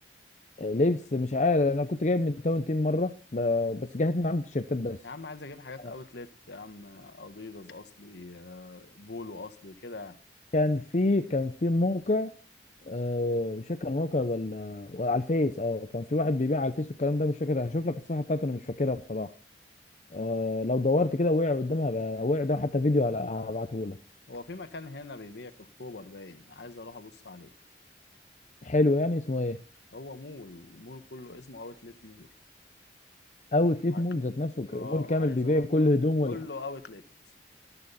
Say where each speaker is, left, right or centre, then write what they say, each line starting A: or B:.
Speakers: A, on the left; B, on the left.
A: آه، لبس مش عارف انا كنت جايب من تاون تيم مره ب- بس جهت من عند التيشيرتات بس
B: يا عم عايز اجيب حاجات
A: آه.
B: اوتلت يا عم اديداس اصلي آه، بولو اصلي كده يعني.
A: كان في كان في موقع آه، مش فاكر موقع ولا ولا على الفيس اه كان في واحد بيبيع على الفيس والكلام ده مش فاكر هشوف لك الصفحه بتاعته انا مش فاكرها بصراحه آه، لو دورت كده وقع قدامها بقى وقع قدام حتى فيديو هبعته لك
B: هو في مكان هنا بيبيع في اكتوبر باين عايز اروح ابص عليه
A: حلو يعني اسمه ايه
B: هو مول مول كله اسمه اوتلت مول
A: اوتليت
B: عاي-
A: مول ذات نفسه
B: اه
A: ك- مول كامل
B: عايز
A: بيبيع
B: اروح
A: كل
B: بقى
A: هدوم
B: كله
A: وال
B: اوتلت